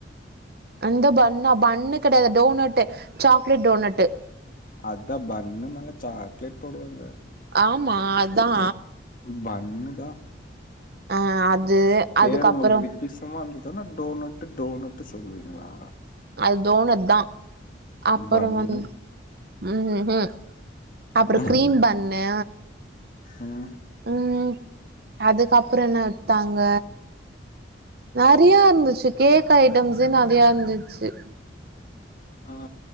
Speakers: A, on the right (about 50°); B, on the left (about 45°).
A: அந்த பன்னா பன்னு கெடையாது டோனட்டு சாக்லேட் டோனட்டு
B: அதா பன்னு மேல சாக்லேட் போடுவாங்க
A: ஆமா அதா
B: பன்னுதா
A: ஆ அது
B: பேரு
A: அதுக்கப்புறோ
B: உங்களுக்கு வித்தியசமா இருந்ததுன்னா டோனட்டு டோனட்டு சொல்விங்ளா
A: அது டோணட்தா அப்பற
B: பன்னு
A: வந் ம் ஹு அப்பற
B: ம்
A: கிரீம் பண்ணு
B: ம்
A: ம் அதுக்கப்பற என்ன வித்தாங்க நெறையா இருந்துச்சு கேக் ஐட்டம்ஸே நெறையா இருந்துச்சு
B: ஆ